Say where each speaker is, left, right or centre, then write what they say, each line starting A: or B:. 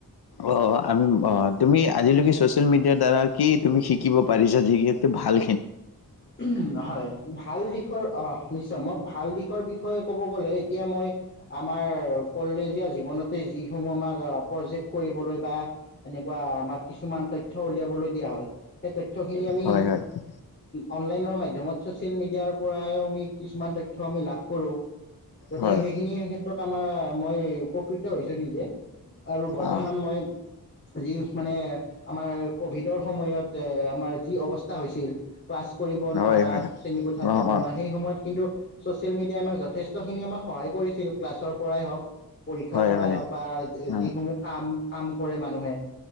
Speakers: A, on the left; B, on the left.
A: অঁ অঁ আমি অঁ তুমি আজিলৈকে ছ'চিয়েল মিডিয়াৰ দ্বাৰা কি তুমি শিকিব পাৰিছা যিহেতু ভাল
B: উ নহয় ভাল দিশৰ অঁ নিশ্চয় মই ভাল দিশ বিষয়ে ক'ব গলে এতিয়া মই আমাৰ কলেজ জীৱনতে যিসমূহ আমাক প্ৰজেক্ট কৰিবলৈ বা এনেকুৱা আমাক কিছুমান তথ্য উলিয়াবলৈ দিয়া হয় সেই ত খিনি আমি
A: হয় হয়
B: অনলাইনৰ মাধ্যমত চচিয়েল মিডিয়াৰ পৰা আমি কিছুমান তথ্য আমি লাভ কৰো গতিকে
A: হয়
B: সেইখিনিৰ ক্ষেত্ৰত ত্ৰত আমাৰ মই উপকৃত হৈছো নিজে আৰু বৰ্তমান
A: অ
B: মই যি মানে আমাৰ কভিডৰ সময়ত এ আমাৰ যি অৱস্থা হৈছিল ক্লাছ কৰিব নোৱাৰা
A: হয় হয়
B: শ্ৰেণীকোঠাত
A: অ
B: যাব
A: অ
B: নোৱাৰা সেই সময়ত কিন্তু চচিয়েল মিডিয়াই আমাক যথেষ্টখিনি আমাক সহায় কৰিছিল ক্লাছৰ পৰাই হওক পৰীক্ষাৰ
A: হয়
B: পৰাই
A: হয়
B: হওক বা
A: অ
B: যিসমূহ কাম কাম কৰে মানুহে